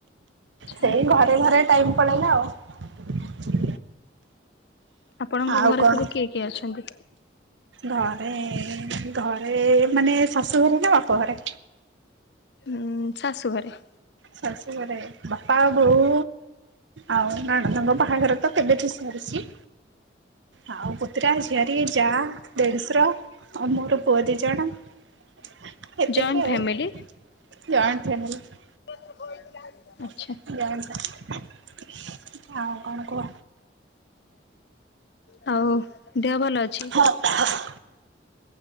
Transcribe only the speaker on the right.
ସେଇ ଘ ଘରେ ଟାଇମ୍ ପଳେଇଲା ଆଉ।
ଆଉ
କଣ
ଘରେ ଘରେ ମାନେ ଶାଶୁ ଘରେ ନା ବାପ ଘରେ?
ଶାଶୁ ଘରେ ବାପା ବୋଉ। ଆଉ ନଣନ୍ଦଙ୍କ ବାହାଘର ତ କେବେ ଠୁ ସରିଛି। ଆଉ ପୁତୁରା ଝିଆରୀ ଯା ଦେଢଶୁର ଆଉ ମୋର ପୁଅ ଦି ଜଣ। ସେତିକି
ଆଉ
ଜଏଣ୍ଟ ଫ୍ୟାମିଲୀ।
<unintelligible> ଆଉ କଣ କୁହ?
ଓ ହଁ ହଁ ହଁ